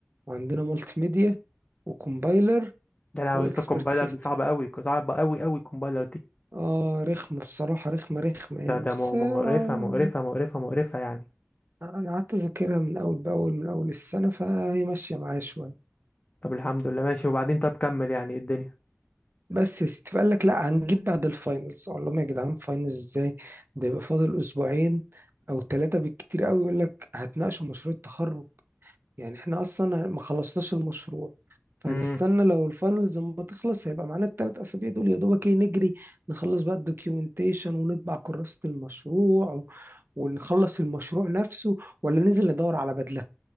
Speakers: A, on the right; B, on the left.
A: وعندنا مالتي ميديا وكومبايلر
B: ده لا
A: واكسبرت
B: يا اسطى الكومبايلر
A: سيستم
B: دي صعبة قوي صعبة قوي قوي الكومبايلر دي
A: اه رخمه بصراحه رخمه رخمه
B: ده
A: يعني
B: ده
A: بس
B: م-
A: آه
B: مقرفة مقرفة مقرفة مقرفة يعني
A: انا قعدت اذاكرها من اول باول من اول السنه فهي ماشيه معايا شويه
B: طب الحمد لله ماشي وبعدين طب كمل يعني ايه الدنيا
A: بس يا ستي فقال لك لا هنجيب بعد الفاينلز اقول لهم يا جدعان فاينلز ازاي ده يبقى فاضل اسبوعين او ثلاثه بالكتير قوي يقول لك هتناقشوا مشروع التخرج يعني احنا اصلا ما خلصناش المشروع فهنستنى
B: امم
A: لو الفاينلز لما تخلص هيبقى معانا الثلاث اسابيع دول يا دوبك ايه نجري نخلص بقى الدوكيومنتيشن ونطبع كراسه المشروع و... ونخلص المشروع نفسه ولا ننزل ندور على بدله